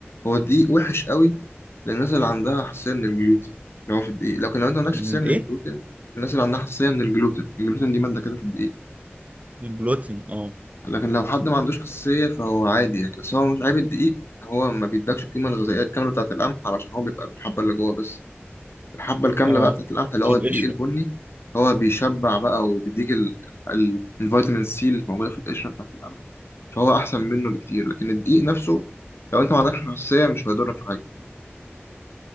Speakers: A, on the left (about 65°); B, on the right (about 35°).
A: هو الدقيق وحش قوي للناس اللي عندها حساسيه من الجلوتين اللي هو في الدقيق لكن لو انت ما عندكش
B: من
A: حساسيه
B: الايه
A: من الجلوتين الناس اللي عندها حساسيه من الجلوتين الجلوتين دي ماده كده في الدقيق
B: من البلوتين اه
A: لكن لو حد ما عندوش حساسية فهو عادي يعني بس هو مش عيب الدقيق إن هو ما بيدكش القيمة الغذائية الكاملة بتاعة القمح علشان هو بيبقى الحبة اللي جوه بس الحبة الكاملة
B: اه
A: بقى بتاعة القمح اللي هو
B: من
A: الدقيق
B: القشرة
A: البني هو بيشبع بقى وبيديك ال... ال... الفيتامين سي اللي موجودة في القشرة بتاعة القمح فهو أحسن منه بكتير لكن الدقيق نفسه لو أنت ما عندكش حساسية مش هيضرك في حاجة